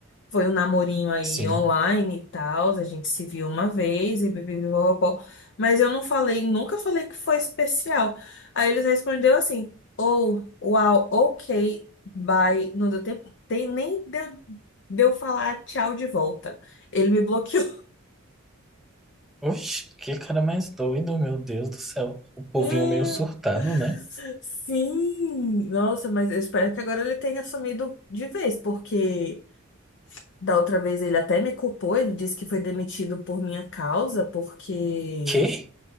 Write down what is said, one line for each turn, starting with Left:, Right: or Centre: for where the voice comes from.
Left: Foi um namorinho aí
Centre: Sim.
Left: online e tal. A gente se viu uma vez e bibibibobó. Mas eu não falei, nunca falei que foi especial. Aí eles respondeu assim: Oh, uau, ok, bye. Não deu tempo, tem, nem deu, deu falar tchau de volta. Ele me bloqueou.
Centre: Oxe, que cara mais doido, meu Deus do céu. O povinho
Left: <laughs>
Centre: meio surtado, né?
Left: Sim, nossa, mas eu espero que agora ele tenha assumido de vez, porque. Da outra vez ele até me culpou, ele disse que foi demitido por minha causa, porque
Centre: Que?